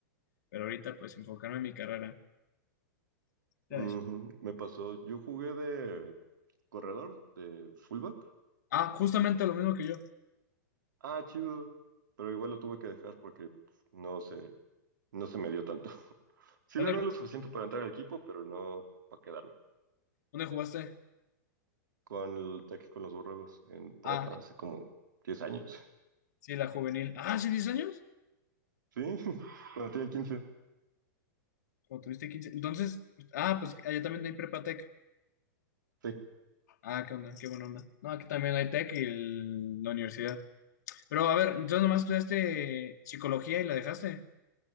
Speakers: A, on the left; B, on the right.
A: pero ahorita pues enfocarme en mi carrera.
B: Ujú,
A: Ya ves.
B: Me pasó, yo jugué de corredor, de fullback.
A: Ah, justamente lo mismo que yo.
B: Ah, chido. Pero igual lo tuve que dejar porque pues, no se, no se me dio tanto. <laughs> Sí
A: ¿Dónde,
B: le armé
A: ju-
B: lo suficiente para entrar al equipo, pero no para quedarme.
A: dónde jugaste?
B: Con el Tec con los borregos en prepa
A: Ah,
B: hace como 10 años. <laughs>
A: sí, la juvenil. Ah, ¿sí, 10 años?
B: Sí, <laughs> cuando tenía quince
A: ¿O tuviste quince Entonces, ah, pues allá también hay Prepatec.
B: Sí,
A: Ah, qué onda, qué buena onda. No, aquí también hay tech y el- la universidad. Pero a ver, entonces nomás estudiaste psicología y la dejaste.